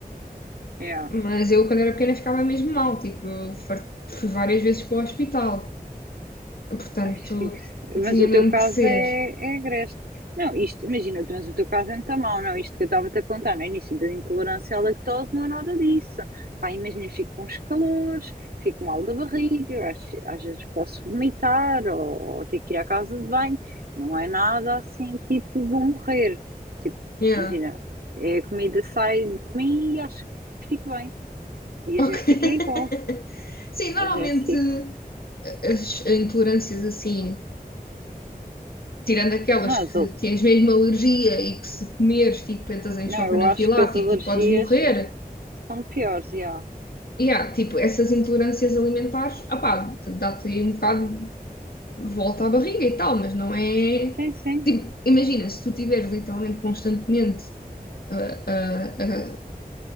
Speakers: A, on the right (about 70°); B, on the left (about 70°).
A: Yeah.
B: Mas eu, quando era pequena, ficava mesmo mal, tipo, eu far- fui várias vezes para o hospital. Portanto,
A: Ai, sim.
B: tinha
A: Mas o
B: mesmo
A: teu caso
B: que ser.
A: é, é agreste. Não, isto, imagina, mas o teu caso é muito mau, não? Isto que eu estava-te a contar no início da intolerância à lactose não é nada disso. Pá, imagina, eu fico com os calores, fico mal da barriga, eu acho- às, vezes posso vomitar ou, ou ter que ir à casa de banho. Não é nada assim, tipo, vou morrer. Tipo,
B: Yeah.
A: imagina, é a comida sai de mim e acho que fico bem. E
B: Ok.
A: a Jéssica
B: <laughs>
A: é igual.
B: Sim, normalmente
A: A Jéssica.
B: as intolerâncias assim, tirando aquelas
A: Não,
B: que tens mesmo alergia e que se comeres, tipo, entras em
A: Não,
B: choque
A: eu
B: anafilático
A: acho que as alergias
B: e podes morrer.
A: são piores, já.
B: Yeah, tipo, essas intolerâncias alimentares, ah pá dá-te aí um bocado de volta à barriga e tal, mas não é.
A: Sim, sim.
B: Tipo, imagina, se tu tiveres literalmente constantemente a, a,